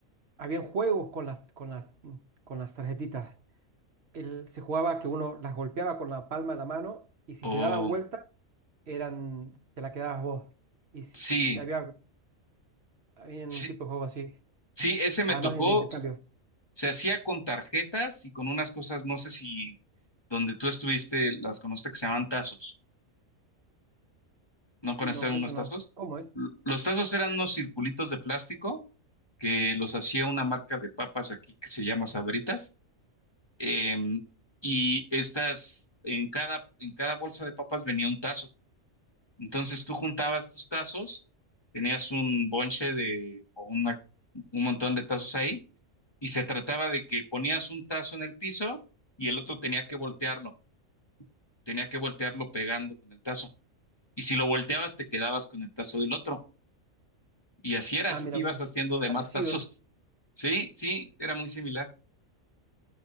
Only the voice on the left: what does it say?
Oh,
sí,
sí,
sí, ese me
tocó,
se hacía con tarjetas y con unas cosas, no sé si donde tú estuviste las conociste que se llaman tazos, ¿no conociste
unos
tazos?
L- Los tazos eran unos circulitos de plástico que los hacía una marca de papas aquí que se llama Sabritas eh, y estas, en cada, en cada bolsa de papas venía un tazo. Entonces tú juntabas tus tazos, tenías un bonche de, o una, un montón de tazos ahí, y se trataba de que ponías un tazo en el piso y el otro tenía que voltearlo, tenía que voltearlo pegando con el tazo. Y si lo volteabas, te quedabas con el tazo del otro. Y así era,
así
te ibas
haciendo de
más tazos. <laughs> Sí, sí, era muy similar.